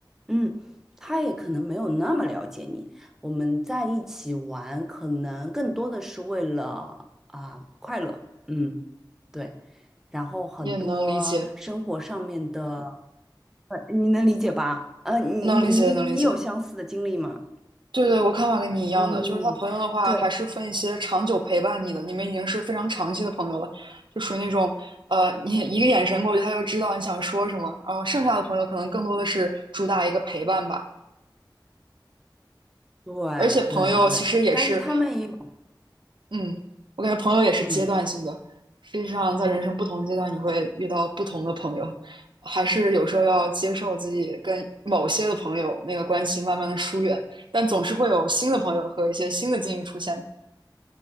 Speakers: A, in the centre; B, on the right (about 75°).
A: 嗯，他也可能没有那么了解你。我们在一起玩，可能更多的是为了啊、快乐，嗯，对，然后很多生活上面的，
B: 也能理解。
A: 呃，你能理解吧？呃，你你你你有相似的经历吗？
B: 能理解，能理解。对对，我看法跟你一样的，
A: 嗯，
B: 就是他朋友的话，
A: 对
B: 还是分一些长久陪伴你的，你们已经是非常长期的朋友了，就属于那种，呃，你一个眼神过去，他就知道你想说什么。然后剩下的朋友可能更多的是主打一个陪伴吧，
A: 对对对，
B: 而且朋友其实也是
A: 但是他们也有，
B: 嗯，我感觉朋友也是阶段性的。
A: 嗯，
B: 实际上，在人生不同阶段，你会遇到不同的朋友，还是有时候要接受自己跟某些的朋友那个关系慢慢的疏远，但总是会有新的朋友和一些新的境遇出现。